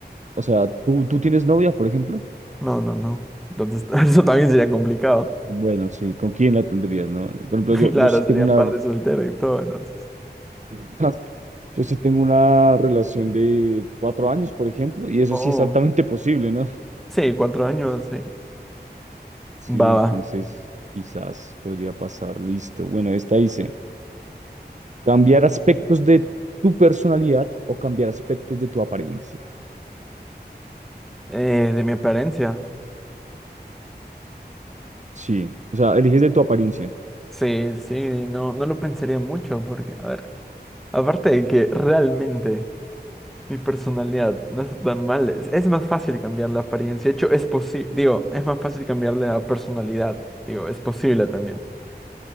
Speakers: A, on the right; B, in the centre.
A: O sea, ¿tú, tú tienes novia, por ejemplo?
B: No, no, no. Entonces, <laughs> eso también sería complicado.
A: Bueno,
B: <laughs>
A: sí, ¿con quién la tendrías, no? Por ejemplo,
B: Y
A: yo,
B: claro,
A: yo sí
B: sería
A: tengo una,
B: padre soltero y todo, entonces.
A: <laughs> yo sí tengo una relación de cuatro años, por ejemplo, y eso
B: Oh.
A: sí es altamente posible, ¿no?
B: Sí, cuatro años,
A: <laughs>
B: sí.
A: Sí,
B: Va,
A: entonces
B: va.
A: quizás podría pasar, listo. Bueno, esta hice. Cambiar aspectos de tu personalidad o cambiar aspectos de tu apariencia.
B: Eh, de mi apariencia.
A: Sí, o sea, eliges de tu apariencia.
B: Sí, sí, no, no lo pensaría mucho porque, a ver, aparte de que realmente Mi personalidad no está tan mal. Es, es más fácil cambiar la apariencia. De hecho, es posible, digo, es más fácil cambiarle la personalidad. Digo, es posible también.